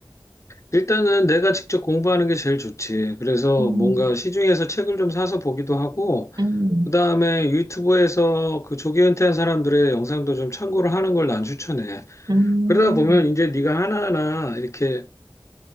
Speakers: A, on the left; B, on the right.
A: 일단은 내가 직접 공부하는 게 제일 좋지. 그래서
B: 음,
A: 뭔가 시중에서 책을 좀 사서 보기도 하고,
B: 음,
A: 그 다음에 유튜브에서 그 조기 은퇴한 사람들의 영상도 좀 참고를 하는 걸 난 추천해.
B: 음,
A: 그러다 보면 이제 네가 하나하나 이렇게